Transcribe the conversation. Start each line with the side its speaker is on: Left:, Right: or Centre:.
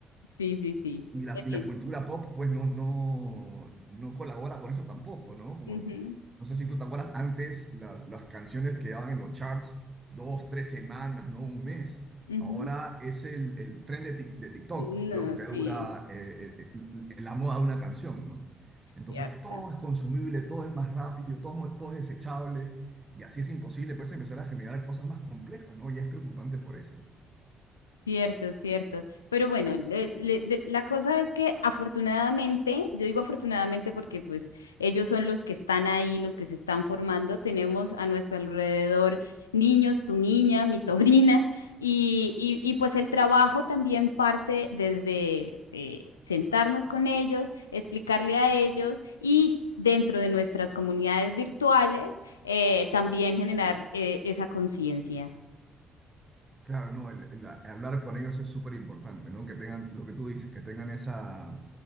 Left: sí, sí, sí.
Right: y la,
Left: Es
Right: y
Left: bien.
Right: la cultura pop, pues no, no, no colabora con eso tampoco, ¿no? Como,
Left: Ujú,
Right: no sé si tú te acuerdas antes las, las canciones quedaban en los charts dos, tres semanas, ¿no? Un mes.
Left: ujú.
Right: Ahora es el, el tren de, Tik- de TikTok
Left: No,
Right: lo que te
Left: sí,
Right: dura eh, el- el- la moda de una canción, ¿no? Entonces
Left: cierto.
Right: todo es consumible, todo es más rápido, todo, todo es desechable y así es imposible, pues empezar a generar cosas más complejas, ¿no? Y es preocupante por eso.
Left: Cierto, cierto. Pero bueno, le- le- de- la cosa es que afortunadamente, yo digo afortunadamente porque pues ellos son los que están ahí, los que se están formando. Tenemos a nuestro alrededor niños, tu niña, mi sobrina, <laughs> y, y, y, pues el trabajo también parte desde eh, sentarnos con ellos, explicarle a ellos y dentro de nuestras comunidades virtuales eh, también generar eh, esa conciencia.
Right: Claro, no, el, el a- hablar con ellos es súper importante, ¿no? Que tengan lo que tú dices, que tengan esa